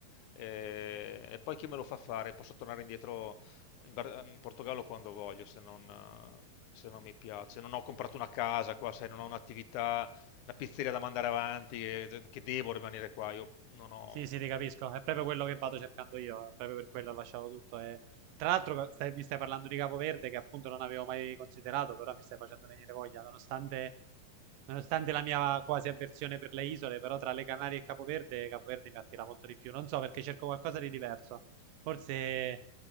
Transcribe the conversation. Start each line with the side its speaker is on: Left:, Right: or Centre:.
Left: eh, e poi chi me lo fa fare? Posso tornare indietro in, Bar- in Portogallo quando voglio, se non, eh, se non mi piace. Non ho comprato una casa qua, sai, non ho un'attività, una pizzeria da mandare avanti, eh, che devo rimanere qua, io non ho
Right: sì, sì, ti capisco. È proprio quello che vado cercando io, è proprio per quello ho lasciato tutto. E... Tra l'altro stai- mi stai parlando di Capoverde che appunto non avevo mai considerato, però mi stai facendo venire voglia, nonostante, nonostante la mia quasi avversione per le isole, però tra le Canarie e Capoverde, Capoverde mi attira molto di più. Non so perché cerco qualcosa di diverso. Forse